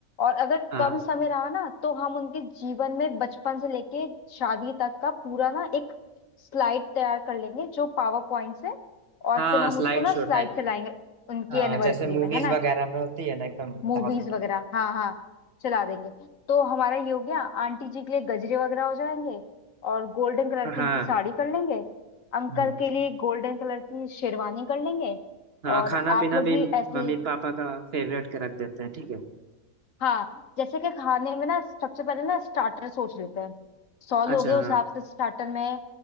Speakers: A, on the left (about 65°); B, on the right (about 45°).
A: और अगर
B: हाँ
A: कम समय रहा ना तो हम उनके जीवन में बचपन से लेके शादी तक का पूरा ना एक स्लाइड तैयार कर लेंगे जो पावर पॉइंट से और
B: हाँ
A: फिर हम
B: स्लाइड
A: उसको ना
B: शो
A: स्लाइड
B: टाइप
A: चलाएंगे उनकी
B: हाँ
A: एनिवर्सरी
B: जैसे मूवीज
A: में है ना
B: वगैरह में होती है ना एकदम
A: मूवीज
B: हॉस्पिटल
A: वगैरह हाँ हाँ चला देंगे तो हमारा ये हो गया आंटी जी के लिए गजरे वगैरह हो जाएंगे और गोल्डन कलर
B: हाँ
A: की
B: हाँ
A: उनकी साड़ी कर लेंगे अंकल
B: हम्म,
A: के लिए गोल्डन कलर की शेरवानी कर लेंगे
B: हाँ
A: और
B: खाना
A: आप
B: पीना
A: लोग
B: भी
A: भी
B: मम्मी
A: ऐसे
B: पापा का फेवरेट का रख देते हैं ठीक है
A: हाँ जैसे कि खाने में ना सबसे पहले ना स्टार्टर सोच लेते हैं सौ
B: अच्छा
A: लोग हैं उस
B: हाँ
A: हिसाब से स्टार्टर में